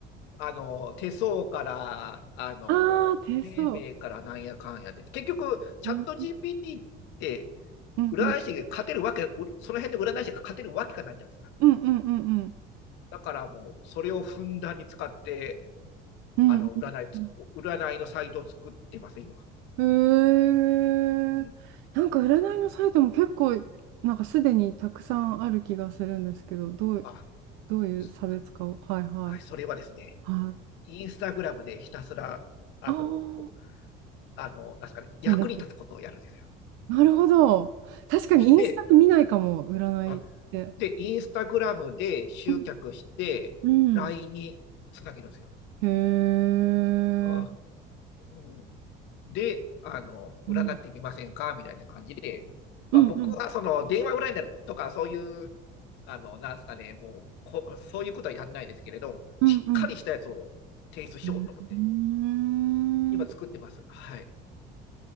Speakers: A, on the left; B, on the right.
A: あの、手相から、あの、
B: あ <laughs> あー、手相。
A: 生命からなんやかんやで。結局、チャット
B: うん
A: GPT って、
B: うんうん
A: 占い師が勝てるわけ、うその辺で占い師が勝てるわけがないじゃないですか。
B: うんうんうんうん
A: だからもう、それをふんだんに使って、
B: うん
A: あの、占いつ、
B: うん
A: 占いのサイトを作ってます、今。
B: へえ。
A: うん。
B: なんか占いのサイトも結構、なんかすでにたくさんある気がするんですけど、どう、
A: あ、
B: どういう差別化を。
A: す
B: はいはい。
A: はい、それはですね、
B: はい。
A: インスタグラムでひたすら、あの、
B: ああ、
A: おあの、なんですかね、役に立つことをやるんですよ。
B: 宣伝するなるほど。確かにインスタ見ないかも、
A: そして、
B: 占いって。
A: あ、で、インスタグラムで集客して、
B: うん。うん
A: LINE につなげるんですよ。
B: へえ。
A: あ、うん、で、あの、
B: うん。
A: 占ってみませんかみたいな感じで、まあ、
B: うん。
A: 僕はその電話占いだとか、
B: うん。
A: そういう、あの、なんですかね、もうこ、そういうことはやんないですけれど、
B: うん。
A: しっかりしたやつを提出しようと思って、
B: うん。うん。うー
A: 今作ってます。
B: ん。
A: はい。